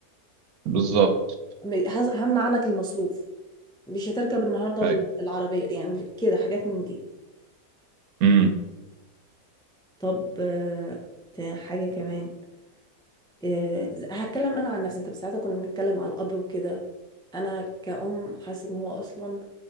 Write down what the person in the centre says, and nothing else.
م- هز- همنع عنك المصروف مش هتركب النهارده
ال- العربيه يعني مش- كده حاجات من دي
طب آه، تا- حاجه كمان آه، هتكلم انا عن نفسي انت بس ساعتها كنا بنتكلم على الاب وكده انا كأم حاسه ان هو اصلا